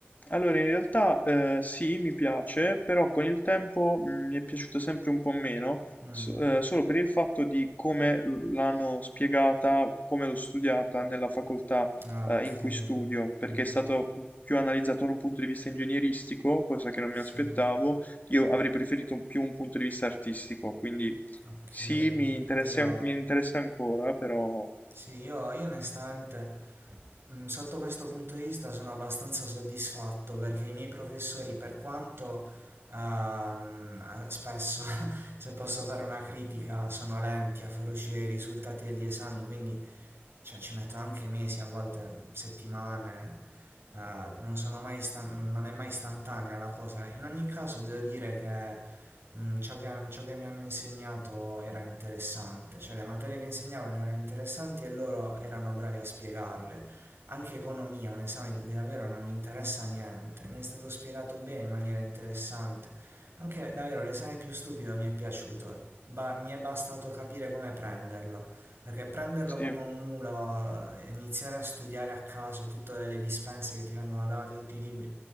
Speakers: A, on the left; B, on the right.
A: Allora, in realtà eh, sì, mi piace, però con il tempo mh, mi è piaciuta sempre un po' meno,
B: Mm,
A: so- eh, solo per il fatto di come l- l'hanno spiegata, come l'ho studiata nella facoltà
B: ah,
A: eh,
B: ok.
A: in cui studio, perché
B: Mm,
A: è stato più analizzato da un punto di vista ingegneristico, cosa che non
B: sì,
A: mi aspettavo. Io avrei preferito più un punto di vista artistico, quindi
B: ok.
A: sì, mi interessa,
B: Io
A: mi interessa ancora, però
B: Sì, io, io onestamente mm, sotto questo punto di vista sono abbastanza soddisfatto perché i miei professori, per quanto ehm, eh, spesso, <laughs> se posso fare una critica, sono lenti a far uscire i risultati degli esami, quindi cioè, ci metto anche mesi, a volte settimane, eh, non sono mai istan- non non è mai istantanea la cosa. In ogni caso devo dire che Mm, ciò che, ciò che mi hanno insegnato era interessante, cioè le materie che insegnavano erano interessanti e loro erano bravi a spiegarle. Anche economia, un esame di cui davvero non mi interessa niente, mi è stato spiegato bene in maniera interessante. Anche davvero l'esame più stupido mi è piaciuto, ba- mi è bastato capire come prenderlo, perché prenderlo
A: sì.
B: come un mulo, eh, iniziare a studiare a caso tutte le dispense che ti vengono date, tutti i libri,